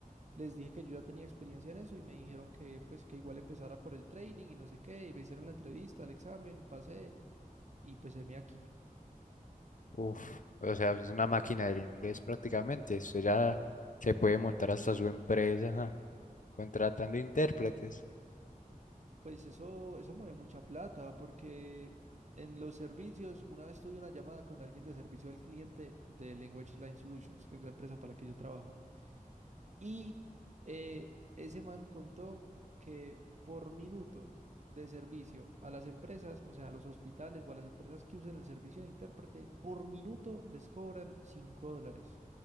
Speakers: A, on the right; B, on the left.
A: Les dije que yo ya tenía experiencia en eso y me dijeron que pues que igual empezara por el training y no sé qué, y me hicieron la entrevista, el examen, pasé y pues heme aquí.
B: uf, o sea, es una máquina del inglés prácticamente. Usted ya se puede montar hasta su empresa, ja, contratando intérpretes.
A: Pues eso eso mueve mucha plata porque en los servicios, una vez tuve una llamada con alguien de servicio al cliente de Language Line Solutions, que es la empresa para la que yo trabajo. Y eh, ese man contó que por minuto de servicio a las empresas, o sea, a los hospitales o a las empresas que usen el servicio de intérprete, por minuto les cobran 5 dólares.